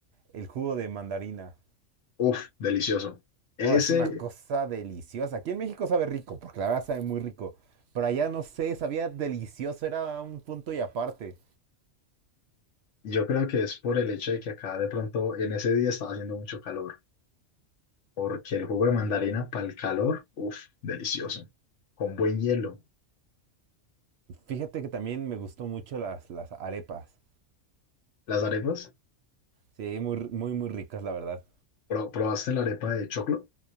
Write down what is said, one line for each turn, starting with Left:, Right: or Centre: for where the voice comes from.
Right: el jugo de mandarina.
Left: uff, delicioso. Ese,
Right: Oh, es una cosa deliciosa. Aquí en México sabe rico, porque la verdad sabe muy rico. Pero allá no sé, sabía delicioso, era un punto y aparte.
Left: yo creo que es por el hecho de que acá de pronto en ese día estaba haciendo mucho calor, porque el jugo de mandarina para el calor, uff, delicioso. Con buen hielo.
Right: Fíjate que también me gustó mucho las, las arepas.
Left: Las arepas,
Right: Sí, muy, r- muy, muy ricas, la verdad.
Left: ¿pro- ¿probaste la arepa de choclo?